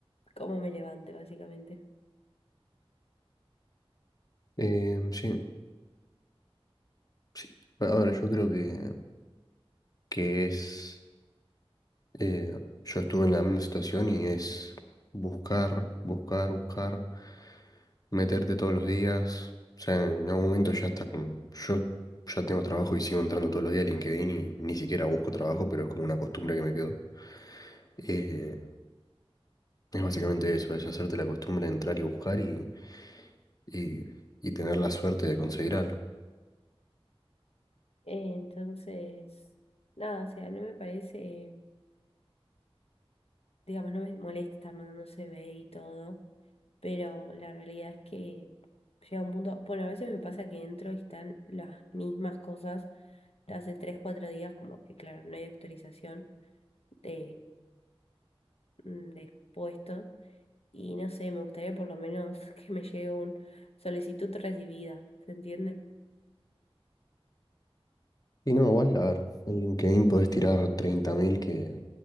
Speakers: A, on the left; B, on the left.
A: cómo me levante, básicamente.
B: Eh, sí, sí, a ver, yo creo que, que es Eh, yo estuve en la misma situación y es buscar, buscar, buscar, meterte todos los días. O sea, en algún momento ya está como, yo ya tengo trabajo y sigo entrando todos los días a LinkedIn y ni siquiera busco trabajo, pero es como una costumbre que me quedó. Eh, es básicamente eso, es hacerte la costumbre de entrar y buscar y, y, y tener la suerte de conseguir algo.
A: Entonces, nada, o sea, no me parece, digamos, no me molesta estar mandando CV y todo, pero la realidad es que llega un punto, bueno, a veces me pasa que entro y están las mismas cosas de hace 3 4 días, como que claro, no hay actualización de, mm, de puestos y no sé, me gustaría por lo menos <laughs> que me llegue un solicitud recibida, ¿se entiende?
B: Y no, igual, a ver, en LinkedIn podés tirar 30.000 que